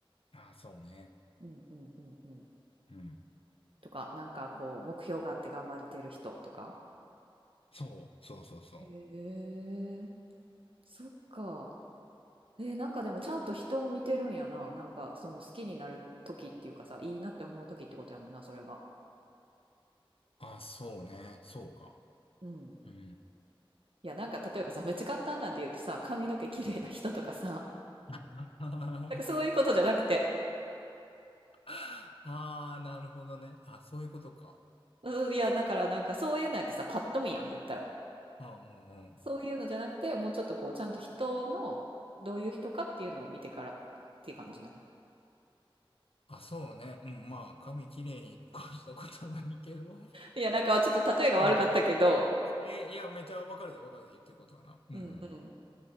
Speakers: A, on the left; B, on the right.
A: あ、そうね。
B: うんうんうんうん。
A: うん。
B: とか、なんかこう、目標があって頑張れてる人とか。
A: そう、そうそうそう。
B: へえ、そっか。えー、なんかでもちゃんと人を見てるんやな。なんかその好きになる時っていうかさ、いいなって思う時ってことやもんな、それが。
A: あ、そうね。そうか。
B: うん。
A: うん。
B: いや、なんか例えばさ、めっちゃ簡単なんで言うとさ、髪の毛綺麗な人とかさ、
A: うん <laughs>
B: なんかそういうことじゃなくて、
A: ああ、なるほどね。あ、そういうことか。
B: うんいや、だからなんかそういうのやってさ、パッと見やん、言ったら。
A: うんうんうん。
B: そういうのじゃなくて、もうちょっとこう、ちゃんと人の、どういう人かっていうのを見てからっていう感じなんや。
A: あ、そうね。うん、まあ、髪きれいに越したことはないけど。
B: いや、なんかちょっと例えが悪かったけど、
A: うん。いやいやいや、めちゃわかるでわかるで言ってることはな。うん
B: うんうん。